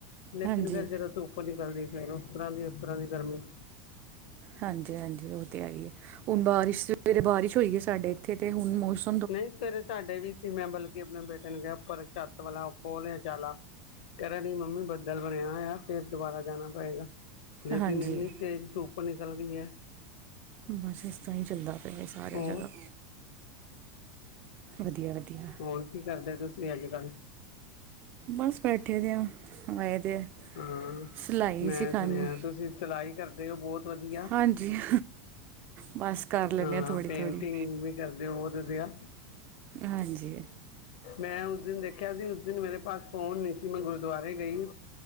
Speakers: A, on the left; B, on the right.
A: ਲੇਕਿਨ
B: ਹਾਂਜੀ
A: ਫੇਰ ਜਦੋਂ ਧੁੱਪ ਨਿਕਲਦੀ ਫੇਰ ਉਸ ਤਰ੍ਹਾਂ ਦੀ, ਉਸ ਤਰ੍ਹਾਂ ਦੀ ਗਰਮੀ।
B: ਹਾਂਜੀ-ਹਾਂਜੀ ਉਹ ਤੇ ਹੈਗੀਏ ਉਹ ਬਾਰਿਸ਼ ਸਵੇਰੇ ਬਾਰਿਸ਼ ਹੋਈ ਗਈ ਸਾਡੇ ਇੱਥੇ ਤੇ ਹੁਣ ਮੋਸੱਮ
A: ਨਈ ਸਵੇਰੇ ਸਾਡੇ ਵੀ ਸੀ ਮੈਂ ਬਲਕਿ ਆਪਣੇ ਬੇਟੇ ਨੂੰ ਕਿਹਾ ਉੱਪਰ ਛੱਤ ਵਾਲਾ ਉਹ ਖੋਲ ਲਿਆ ਜਾਲਾ ਕੇਰਿਆ ਨੀ ਮੰਮੀ ਬੱਦਲ ਬਣਿਆ ਹੋਇਆ ਫਿਰ ਦੁਬਾਰਾ ਜਾਣਾ ਪਏਗਾ। ਲੇਕਿਨ
B: ਹਾਂਜੀ
A: ਇੰਨੀ ਤੇਜ਼ ਧੁੱਪ ਨਿਕਲ ਗਈ ਹੈ।
B: ਬਸ ਇਸ ਤਰ੍ਹਾਂ ਹੀ ਚੱਲਦਾ ਪਿਆ ਜੀ ਸਾਰਾ
A: ਹੋਰ
B: ਜਗ੍ਹਾ, ਵਧੀਆ-ਵਧੀਆ
A: ਹੋਰ ਕੀ ਕਰਦੇ ਤੁਸੀਂ ਅੱਜ-ਕੱਲ੍ਹ?
B: ਬਸ ਬੈਠੇ ਦੇ ਆ, ਆਏ ਦੇ ਆ।
A: ਹਾਂ
B: ਸਿਲਾਈ
A: ਮੈਂ
B: ਸਿਖਾਣੀ
A: ਸੁਣਿਆ ਤੁਸੀਂ ਸਿਲਾਈ ਕਰਦੇ ਹੋ ਬਹੁਤ ਵਧੀਆ
B: ਹਾਂਜੀ ਬਸ ਕਰ ਲੈਂਦੇ
A: ਹਾਂ-
B: ਥੋੜ੍ਹੀ
A: ਪੇਂਟਿੰਗ
B: ਥੋੜ੍ਹੀ
A: ਵੀ ਕਰਦੇ ਹੋ ਬਹੁਤ ਵਧੀਆਂ
B: ਹਾਂਜੀ।
A: ਮੈਂ ਉਸ ਦਿਨ ਦੇਖਿਆ ਸੀ ਉਸ ਦਿਨ ਮੇਰੇ ਪਾਸ ਫੋਨ ਨੀ ਸੀ ਮੈਂ ਗੁਰਦੁਆਰੇ ਗਈ